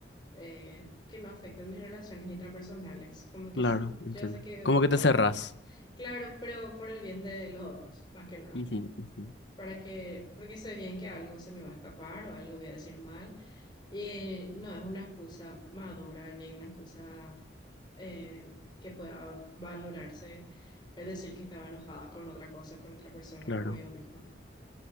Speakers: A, on the left; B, on the left.
A: eh, que no afecten mis relaciones intrapersonales. Como que
B: claro,
A: sí, yo
B: entiendo.
A: sé que,
B: ¿Cómo que te
A: cuan-
B: cerrás?
A: claro, pero por el bien de los otros, más que nada
B: Ujú, ujú,
A: para que, porque sé bien que algo se me va a escapar o algo voy a decir mal. Y no es una excusa madura ni una excusa eh, que pueda valorarse el decir que estaba enojada con otra cosa, con otra persona,
B: Claro.
A: conmigo misma.